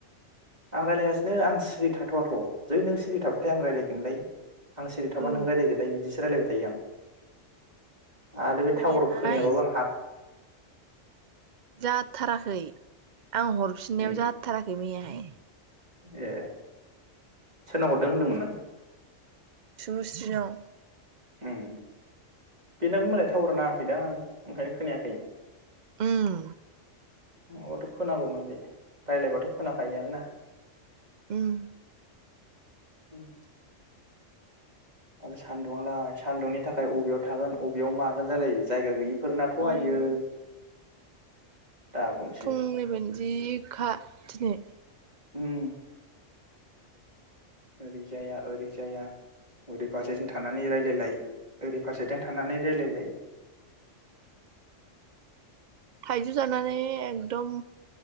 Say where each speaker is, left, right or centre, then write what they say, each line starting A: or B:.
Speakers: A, on the right; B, on the right.
A: आं रायज्लायगासिनो आं सिरि थाथ'वाथ' जै नों सिरि थाबाथाय आं रायज्लायगोनलाय आं सिरि थाबा
B: औ
A: नों रायज्लायदोलाय बिदिस रायलाय दैया आरो बे
B: मैयाहाय
A: टावार खोनायाबाबो आं हा
B: जाथाराखै आं हरफिननायाव
A: उम
B: जाथाराखै मैयाहाय
A: ए सोरनाव हरदों होनदोंमोन नों
B: सुबुंस्रि नाव
A: उम बेनाबो मालाय थावार नाङाखैदां आं ओंखायनो खोनायाखै
B: उम
A: नङाबाथ' खोनांगौमोन बे रायलायबाथ' खोनाखायोय ना
B: उम
A: उम आरो सान्दुङालाय सान्दुंनि थाखाय अबेयाव थागोन अबेयाव मागोन जालाय जायगा गैयि। फोरनाथ' आइयो।
B: आयौ
A: दाबुंसै
B: फुंनिबायनो जिखा। दिनै-
A: उम ओरै जाया ओरै जाया ओरै फारसेथिं थानानै रायलायलाय ओरै फारसेथिं थानानै रायलायलाय।
B: थाइजौ जानानै एकदम